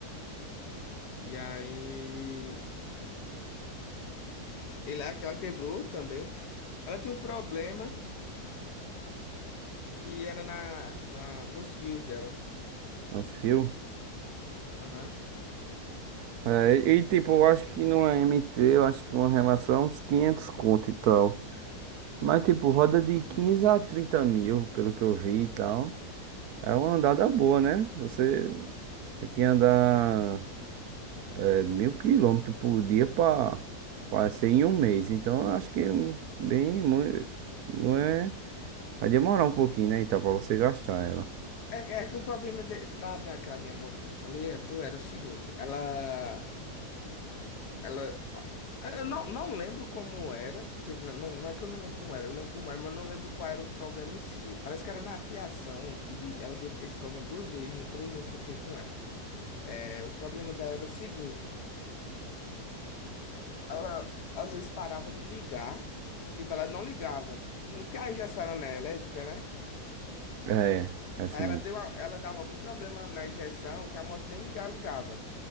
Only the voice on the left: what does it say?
E aí, ele, é aquela quebrou também. Ela tinha um problema que era na, na, nos fios dela.
Aham.
É, é que o problema de- da, daquela minha moto que eu falei, a tua, era o seguinte. Ela, ela, eu não, não lembro como era. Tipo, não, não é que eu não lembro como era, eu lembro como era, mas eu não lembro qual era o problema em si. Parece que era na fiação, que de- ela deu esse problema duas vezes, no três anos que eu fiquei com ela. É, o problema dela era o seguinte. ela às vezes parava de ligar. Tipo, ela não ligava. Não- Porque a injeção era né, elétrica, né?
Aí ela deu a- ela dava algum problema na injeção que a moto nem ligava, ligava.